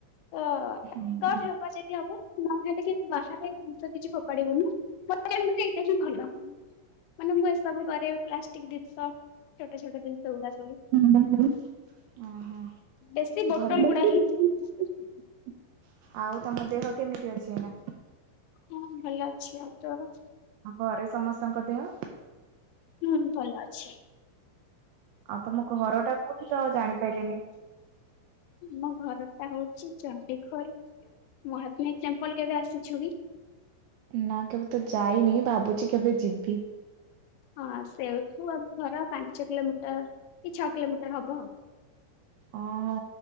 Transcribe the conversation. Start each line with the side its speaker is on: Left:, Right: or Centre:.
Left: ତ ଟ୍ରାଏ
Right: ଓହୋ
Left: କର ହବ ଯଦି ହବ। ନହେଲେ କିନ୍ତୁ ବାହାରେ ଜିନିଷ କିଛି ଫୋପାଡିବୁନି ହେଲା ହଁ ଏଇଟା ହିଁ ଭଲ ହବ। ମାନେ ମୁଁ ଏସବୁ କରେ ପ୍ଲାଷ୍ଟିକ ଜିନିଷ ଛୋଟ ଛୋଟ ଜିନିଷ ଗୁଡା ସବୁ
Right: ହଁ ଓ
Left: ବେଶୀ
Right: ହୋ
Left: ବୋଟଲ ଗୁଡା ହିଁ ୟୁଜ
Right: ଭଲ
Left: କରେ।
Right: ଆଉ ତମ ଦେହ କେମିତି ଅଛି ଏଇ ନା
Left: ହଁ ଭଲ ଅଛି ଆଉ ତୋର
Right: ଆଉ ଘରେ ସମସ୍ତଙ୍କ ଦେହ।
Left: ହୁଁ ଭଲ ଅଛି।
Right: ଆଉ ତମ ଘର ଟା କୋଉଠି ତ ଆଉ ଜାଣିପାରିନି
Left: ମୋ ଘର ଟା ହଉଛି ଚଣ୍ଡିଖୋଲ। ମହାବିର ଟେମ୍ପଲ କେବେ ଆସିଛୁ କି
Right: ନା କେବେ ତ ଯାଇନି ଭାବୁଛି କେବେ ଯିବି।
Left: ହଁ ସେଠୁ ଆମ ଘର ପାଞ୍ଚ କିଲୋମିଟର କି ଛଅ କିଲୋମିଟର ହବ ଆଉ
Right: ଓଁ